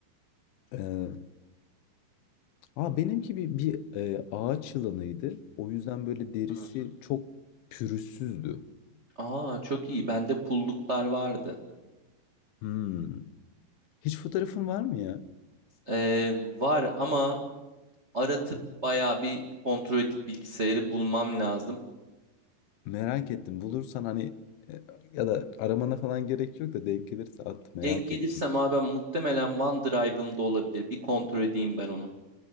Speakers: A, on the left; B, on the right.
A: Ee, aa benimki bir, bir e, ağaç yılanıydı. O yüzden böyle derisi
B: Hı.
A: çok pürüzsüzdü.
B: Aa çok iyi. Bende pulluklar vardı.
A: Hmm. Hiç fotoğrafın var mı ya?
B: Ee, var ama aratıp bayağı bir kontrol edip bilgisayarı bulmam lazım.
A: Merak ettim. Bulursan hani e, ya da aramana falan gerek yok da denk gelirse at merak
B: Denk gelirsem
A: ettim.
B: abi muhtemelen OneDrive'ımda olabilir. Bir kontrol edeyim ben onu.